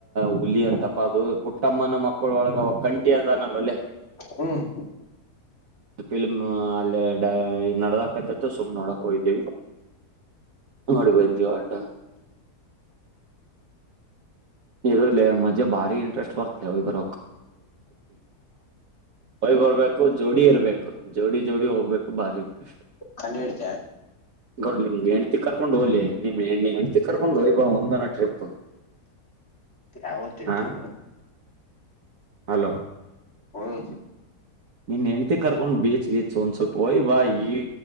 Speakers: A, on the right; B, on the left.
A: ಹುಲಿ ಅಂತಪ ಅದು ಪುಟ್ಟಮ್ಮನ ಮಕ್ಕಳ ಒಳಗ ಕಂಠಿ ಅಂತ ಲ್ಲಲ್ಲೇ
B: ಹ್ಮ್
A: ಫಿಲ್ಮ್ ಅಲ್ಲಿ ನಡದಕತಿತ್ತು ಸುಮ್ನೆ ನೋಡಕ್ ಹೋಗ್ದೀವಿ ನೋಡಿ ಬಂದವಿ ಆಟ ಇ ಮಜೆ ಭಾರಿ ಇಂಟ್ರೆಸ್ಟ್ ಬರ್ತ ಬರ ಹೊಯ್ ಬರ್ಬೇಕು ಜೋಡಿ ಇರ್ಬೇಕು ಜೋಡಿ ಜೋಡಿ ಹೋಗ್ಬೇಕು ಬಾರಿ ಇಂಟ್ರೆಸ್ಟ್
B: ಕಂಡ ಇಡತ
A: ಗೌಡ್ ನಿಮ್ಗೆ ಹೆಣ್ತಿ ಕರ್ಕೊಂಡ್ ಹೋಗಲಿ ನಿಮ್ ಹೆ್ತಿ ಕರ್ಕೊಂಡು ಹಯ್ಬಾ ಒಂದನ ಟ್ರಿಪ್
B: ಯಾವತ್ತ ಇಟ್ಟು
A: ಹಾ ಹಲೋ
B: ಹ್ಮ್
A: ನೀನ್ ಹೆಂಡತಿ ಕರ್ಕೊಂಡ್ ಬೀಚ್ ಗೀಚ್ ಒಂದ್ ಸ್ವಲ್ಪ ಹಯ್ ಬಾ ಈ